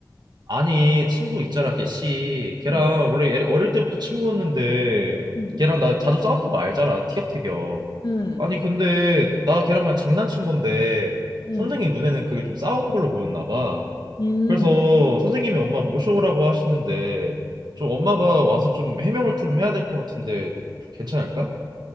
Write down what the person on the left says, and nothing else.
응,
응,
응.
응,
응.